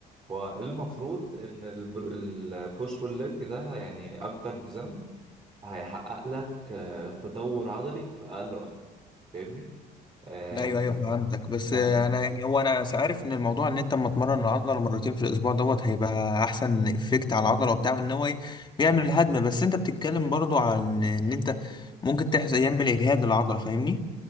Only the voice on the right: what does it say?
هو المفروض ان البوش بول ليج ده يعني اكتر نظام هيحقق لك آه، تطور عضلي في اقل وقت فاهمني آه،
يعني